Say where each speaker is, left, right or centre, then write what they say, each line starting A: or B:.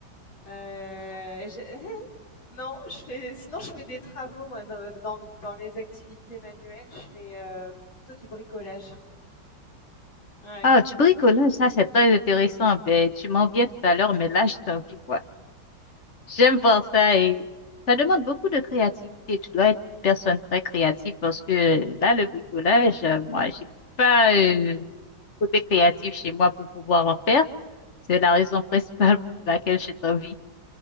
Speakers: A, on the left; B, on the left.
A: Euh, j'ai- <laughs> non, je fais sinon je fais des travaux moi dans, dans- dans les activités manuelles, je fais euh, plutôt du bricolage. Ouais.
B: Ah, du bricolage, ça c'est très intéressant. Ben tu m'en viens tout à l'heure, mais là j'ai envie J'aime voir ça et ça demande beaucoup de créativité. Tu dois être une personne très créative parce que là, le bricolage, euh, moi, j'ai pas euh, côté créatif chez moi pour pouvoir en faire. C'est la raison principale pour laquelle j'ai envie.